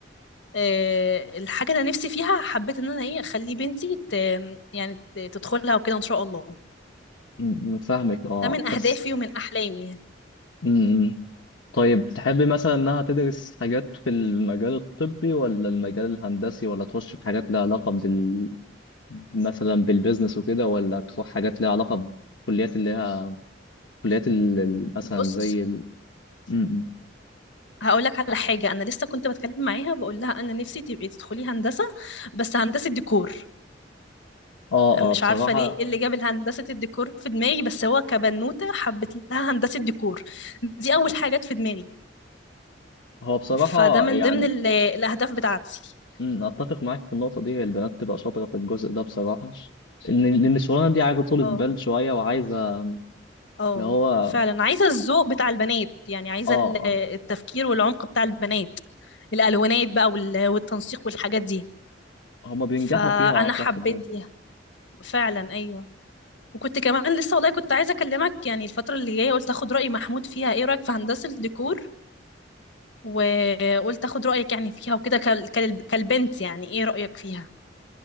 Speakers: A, on the left; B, on the left.
A: آه، الحاجه اللي أنا نفسي فيها حبيت ان انا ايه اخلي بنتي ت- يعني ت- تدخلها وكده ان شاء الله
B: م- فاهمك اه
A: ده من اهدافي
B: بس
A: ومن احلامي يعني.
B: امم طيب تحبي مثلا انها تدرس حاجات في المجال الطبي ولا المجال الهندسي ولا تخش في حاجات لها علاقة بال مثلا بالبيزنس وكده ولا تروح حاجات لها علاقة بكليات اللي هي كليات ال... ال- مثلا
A: بص
B: زي ال... م- م.
A: هقول لك على حاجه انا لسه كنت بتكلم معاها بقول لها انا نفسي تبقي تدخلي هندسه بس هندسه ديكور
B: اه
A: مش
B: اه بصراحة
A: عارفه ليه إيه اللي جاب هندسه الديكور في دماغي بس هو كبنوته حبت لها هندسه ديكور دي اول حاجات في دماغي
B: هو بصراحة
A: فده من
B: يعني
A: ضمن ال- الأهداف بتاعتي
B: م، اتفق معاك في النقطة دي هي البنات تبقى شاطرة في الجزء ده بصراحة ان إن الشغلانة دي عايزة طولة
A: اه
B: بال شوية وعايزة
A: اه
B: اللي هو اه
A: فعلا عايزة الذوق بتاع البنات يعني عايزة
B: اه
A: ال- التفكير والعمق بتاع البنات الألوانات بقى وال- والتنسيق والحاجات دي
B: هما بينجحوا
A: فأنا
B: فيها اعتقد
A: حبيتها
B: اه
A: فعلا أيوه وكنت كمان لسه والله كنت عايزة أكلمك يعني الفترة اللي جاية قلت أخد رأي محمود فيها إيه رأيك في هندسة الديكور وقلت أخد رأيك يعني فيها وكده كال- كال- كالبنت يعني إيه رأيك فيها